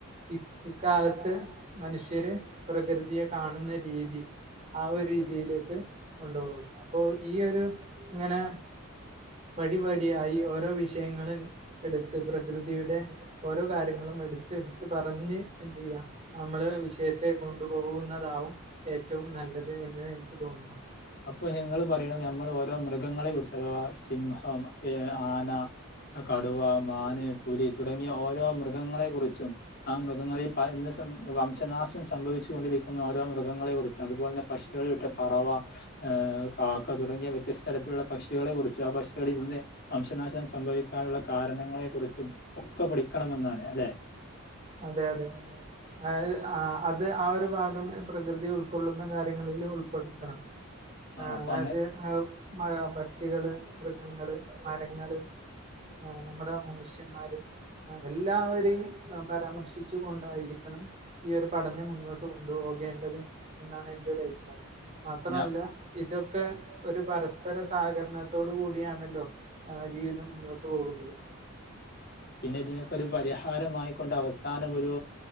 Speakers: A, on the right (about 30°); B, on the left (about 45°).
A: ഇ ഇക്കാലത്ത് മനുഷ്യര് പ്രകൃതിയെ കാണുന്ന രീതി ആ ഒരു രീതിയിലേക്ക് കൊണ്ട്പോക അപ്പൊ ഈ ഒരു ങ്ങനെ പടിപടിയായി ഓരോ വിഷയങ്ങള് എട്ത്ത് പ്രകൃതിയുടെ ഓരോ കാര്യങ്ങളും എട്ത്തെട്ത്ത് പറഞ്ഞ് എന്തെയ്യാ നമ്മള് വിഷയത്തെ കൊണ്ടുപോവുന്നതാവും ഏറ്റവും നല്ലത് എന്ന് ഇൻക്ക് തോന്നുന്നു.
B: അപ്പൊ നിങ്ങള് പറയ്ണത് ഞമ്മള് ഓരോ മൃഗങ്ങളെ കുറിച്ച് അഥവാ സിംഹം ഏഹ് ആനാ കടുവാ, മാന്, പുലി തുടങ്ങിയ ഓരോ മൃഗങ്ങളെ കുറിച്ചും ആഹ് മൃഗങ്ങളിൽ പല ഇന്ന് സം വംശനാശം ശംഭവിച്ചു കൊണ്ടിരിക്കുന്ന ഓരോ മൃഗങ്ങളെ കുറി അത്പോലെ തന്നെ പക്ഷികളിൽട്ടെ പറവ ഏഹ് കാക്ക തുടങ്ങിയ വ്യത്യസ്തരത്തിലുള്ള പക്ഷികളെ കുറി ച്ചും ആ പക്ഷികളിന്ന് വംശനാശം സംഭവിക്കാന്ള്ള കാരണങ്ങളെ കുറിച്ചും ഒക്കെ പഠിക്കണമന്നാണ് അല്ലേ
A: അതെ അതെ അതായത് ആഹ് അത് ആ ഒരു ഭാഗം പ്രകൃതി ഉൾക്കൊള്ളുന്ന കാര്യങ്ങളില് ഉൾപ്പെടുത്തണം ആഹ്
B: അപ്പൊ അങ്ങനെ
A: അത് മഴു മഴ പക്ഷികള്, മൃഗങ്ങള്, മരങ്ങള് ആഹ് നമ്മ്ടെ മനുഷ്യമ്മാര് ആഹ് എല്ലാവരേയും പരാമർശിച്ചു കൊണ്ടായിരിക്കണം ഈ ഒരു പഠനം മുന്നോട്ട് കൊണ്ട് പോകേണ്ടത് എന്നാണ് എന്റെ ഒരയ്ഭിപ്രായം മാത്രല്ലാ
B: ഞാൻ
A: ഇതൊക്കെ ഒരു പരസ്പര സഹകരണത്തോട് കൂടിയാണല്ലോ ആഹ് ജീവിതം മുന്നോട്ട് പോകുന്നത്
B: പിന്നെ ഇതിനൊക്കാെരു പരിഹാരമായിക്കൊണ്ട് അവസാനം ഒരൂ